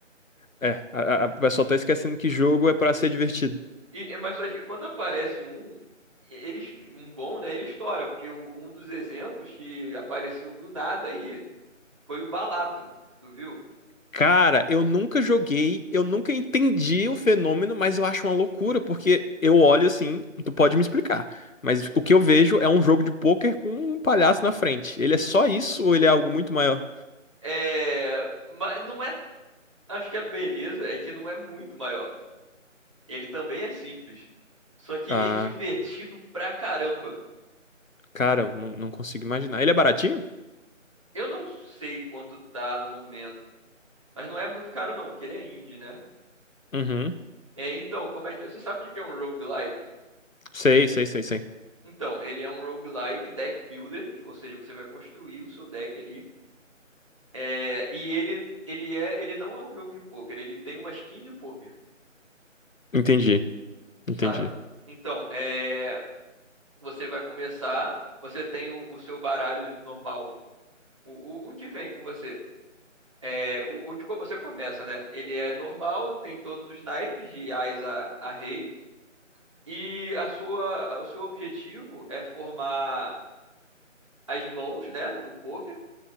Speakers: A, on the left; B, on the right.
A: É, a, a a pessoa tá esquecendo que jogo é pra ser divertido.
B: E, é, mas só que quando aparece um, ele, um bom, né? Ele estoura, porque o- um dos exemplos que apareceu do nada aí foi o Balatro, tu viu?
A: Cara, eu nunca joguei, eu nunca entendi o fenômeno, mas eu acho uma loucura, porque eu olho assim, tu pode me explicar, mas o que eu vejo é um jogo de pôquer com um palhaço na frente. Ele é só isso ou ele é algo muito maior?
B: É, mas não é Acho que a beleza é que não é muito maior. Ele também é simples. Só que
A: Ah.
B: ele é divertido pra caramba.
A: Cara, eu não, não consigo imaginar. Ele é baratinho?
B: Eu não sei quanto tá no momento, mas não é muito caro não, porque ele é indie, né?
A: Uhum.
B: É, então, como é que... Você sabe o que que é um roguelike?
A: Sei, sei, sei, sei.
B: Então, ele é um roguelike deck builder, que- ou seja, você vai construir o seu deck ali. É, e ele, ele é, ele não é um jogo de pôquer, ele tem uma skin de pôquer,
A: Entendi, entendi.
B: sabe? Então, é, você vai começar, você tem o, o seu baralho normal, O, o, o que vem com você? É, o, o que co- você começa, né? Ele é normal, tem todos os naipes de ás a, a rei. E a sua, o seu objetivo é formar as mãos, né, do poker,